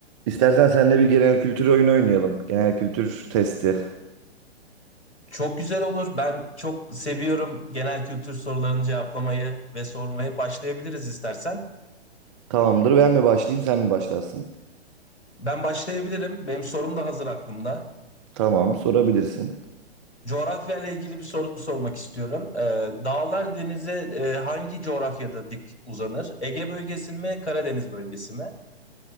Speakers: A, on the right; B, on the left.
A: İstersen seninle bir genel kültür oyunu oynayalım. Genel kültür testi.
B: Çok güzel olur. Ben çok seviyorum genel kültür sorularını cevaplamayı ve sormayı. Başlayabiliriz istersen.
A: Tamamdır. Ben mi başlayayım, sen mi başlarsın?
B: Ben başlayabilirim. Benim sorum da hazır aklımda.
A: Tamam, sorabilirsin.
B: Coğrafya ile ilgili bir soru sormak istiyorum. Ee, dağlar denize e, hangi coğrafyada dik uzanır? Ege bölgesi mi, Karadeniz bölgesi mi?